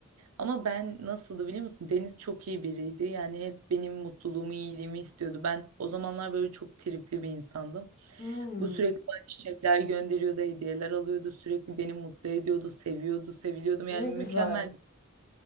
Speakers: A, on the right; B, on the left.
A: Ama ben nasıldı biliyor musun? Deniz çok iyi biriydi. Yani hep benim mutluluğumu, iyiliğimi istiyordu. Ben o zamanlar böyle çok tripli bir insandım.
B: Hmm,
A: Bu sürekli bana çiçekler gönderiyordu, hediyeler alıyordu. Sürekli beni mutlu ediyordu, seviyordu, seviliyordum. Yani
B: ne güzel.
A: mükemmel.